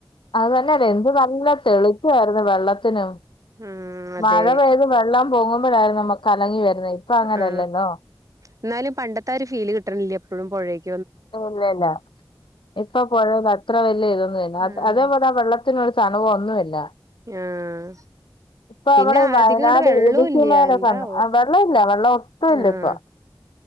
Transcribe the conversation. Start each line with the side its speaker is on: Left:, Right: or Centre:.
Left: അത് തന്നെ അല്ലേ എന്ത് നല്ല തെളിച്ചായിരുന്നു വെള്ളത്തിനും
Right: ഉം അതെ
Left: മഴ പെയ്ത് വെള്ളം പൊങ്ങും ഇപ്പോഴായിരുന്നു കലങ്ങി വരുന്നെ ഇപ്പൊ അങ്ങനെയല്ലല്ലോ
Right: ആ എന്നാലും പണ്ടത്താരൂ ഫീല് കിട്ടണില്ലേ എപ്പോഴും പുഴയില്
Left: ഇല്ല ഇല്ല ഇപ്പൊ പുഴയിൽ അത്ര വലിയ ഇതൊന്നും ഇല്ല
Right: ആഹ്
Left: അതേപോലെ വെള്ള ത്തിനൊരു തണുവോ ഒന്നുമില്ല
Right: ആഹ്
Left: ഇപ്പൊ നമ്മടെ
Right: പിന്നെ
Left: ഈ വയനാട്
Right: അധികം അങ്ങട് വെള്ളോം
Left: ഇടുക്കിമാനൊ
Right: ഇല്ല എന്താവോ
Left: വെള്ളം ഇല്ല വെള്ളം ഒട്ടുമില്ല
Right: ആഹ്
Left: ഇപ്പൊ